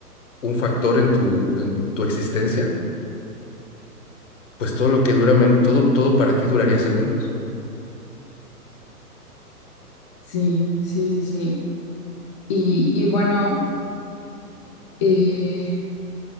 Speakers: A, on the left; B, on the left.
A: un factor en tu, en tu existencia, pues todo lo que dura, men- todo, todo para ti duraría segundos.
B: sí, sí, sí, sí. Y, y bueno, eh,